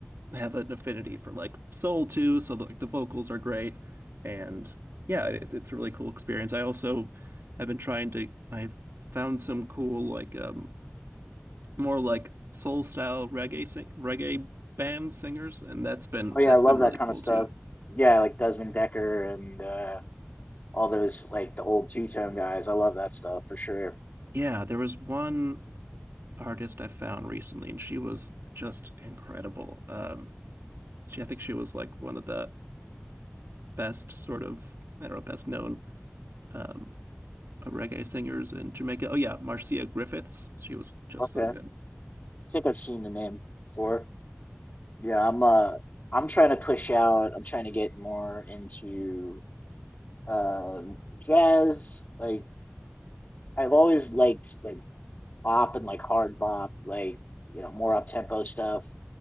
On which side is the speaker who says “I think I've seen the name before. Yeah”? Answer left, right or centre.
Left